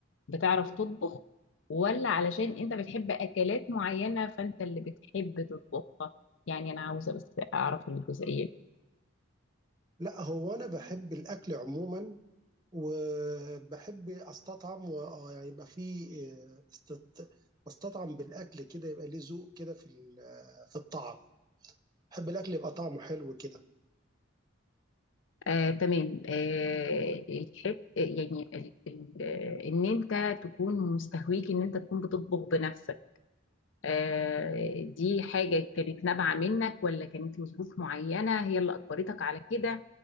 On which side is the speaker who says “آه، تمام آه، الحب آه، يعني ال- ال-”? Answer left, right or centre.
Left